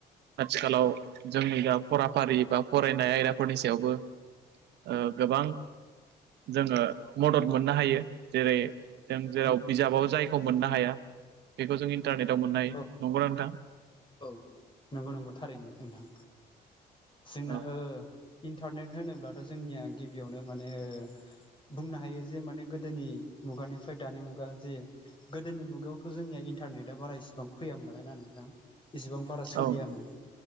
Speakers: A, on the right (about 85°); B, on the left (about 30°).
A: आथिखालाव जोंनि दा फराफारि बा फरायनाय आयदाफोरनि सायावबो ओ गोबां जोङो मदद मोननो हायो जेरै जों जेराव
B: औ
A: बिजाबाव जायखौ मोननो हाया बेखौ जों इन्टारनेटाव मोननो हायो,
B: औ
A: नंगौ ना नोंथां?
B: औ नंगौ नंगौ थारैनो नोंथां जोंना
A: औ
B: ओ इन्टारनेट होनोब्लाथ' जोंनिया गिबियावनो माने बुंनो हायो जे माने गोदोनि मुगानिफ्राय दानि मुगा जे गोदोनि मुगायावथ' जोंनिया इन्टारनेटा बारा इसिबां फैयामोन नालाय ना नोंथां इसेबां बारा सोलियामोन
A: औ